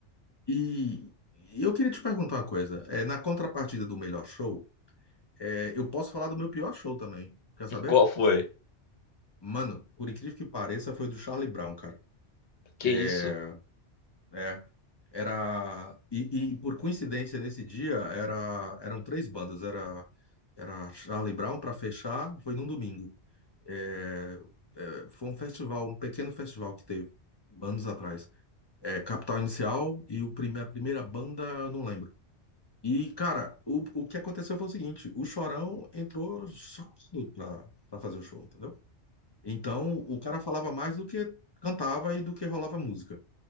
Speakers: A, on the left; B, on the left.
A: E, e eu queria te perguntar uma coisa. É, na contrapartida do melhor show, é, eu posso falar do meu pior show também. Quer saber?
B: <laughs> Qual foi?
A: Mano, por incrível que pareça, foi o do Charlie Brown, cara.
B: Que
A: É,
B: isso?
A: é. Era. E, e por coincidência, nesse dia, era, eram três bandas. Era, era Charlie Brown pra fechar, foi num domingo. É, é, foi um festival, um pequeno festival que teve anos atrás. É, Capital Inicial e o prime, a primeira banda, eu não lembro. E, cara, o, o que aconteceu foi o seguinte: o Chorão entrou sócio pra, pra fazer o show, entendeu? Então, o cara falava mais do que cantava e do que rolava música.